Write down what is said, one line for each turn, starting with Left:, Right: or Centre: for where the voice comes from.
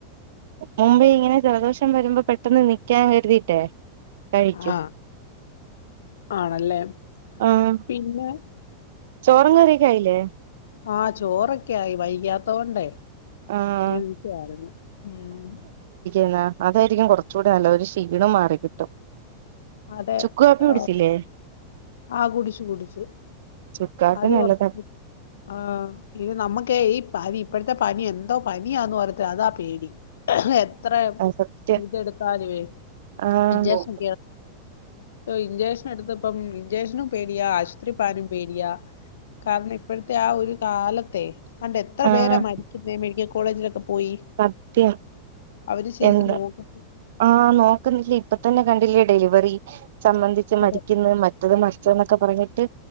Right: മുമ്പേ ഇങ്ങനെ ജലദോഷം വരുമ്പം പെട്ടെന്ന് നിക്കാൻ കരുതിട്ടേ കഴിക്കും
Left: ആഹ് ആണല്ലേ
Right: ആഹ്
Left: പിന്നെ
Right: ചോറും കറിംക്കെ ആയില്ലേ
Left: ആ ചോറൊക്കെ ആയി വയ്യാത്തോണ്ടേ
Right: ആഹ്
Left: <unintelligible>
Right: ന്നാ അതായിരിക്കും കൊർച്ചും കൂടി നല്ലത് ഒരു ക്ഷീണം മാറി കിട്ടും
Left: അതെ
Right: ചുക്ക് കാപ്പി
Left: ആ
Right: കുടിച്ചില്ലേ
Left: ആ കുടിച്ചു കുടിച്ചു
Right: ചുക്ക് കാപ്പി
Left: അത്
Right: നല്ലതാ
Left: <unintelligible> ആ ഇത് നമ്മക് ക്കെ ഈ പനി ഇപ്പോഴത്തെ പനി എന്തോ പനിയാന്ന് <unintelligible> അതാ പേടി എത്ര
Right: സത്യം
Left: ഇതെടുത്തലുവെ
Right: ആഹ്
Left: ഇൻജെക്ഷന ഇഞ്ചക്ഷൻ എടുത്തപ്പം ഇഞ്ചക്ഷനും പേടിയാ ആശുപത്രി പാനും പേടിയാ കാരണം ഇപ്പഴത്തെ ആ ഒരു കാലത്തെ തണ്ടെ എത്ര
Right: ആഹ്
Left: പേരാ മരിക്കുന്നേ മെഡിക്കൽ കോ കോളേജിലൊക്കെ പോയി
Right: സത്യം
Left: അവര് ശരിക്കും
Right: എന്ത
Left: നോക്ക
Right: ആഹ് നോക്കുന്നില്ല ഇപ്പ തന്നെ കണ്ടില്ലേ ഡെലിവറി സംബന്ധിച്ച്
Left: അതെ
Right: മരിക്കുന്ന മറ്റത് മറ് ത് എന്നൊക്കെ പറഞ്ഞിട്ട്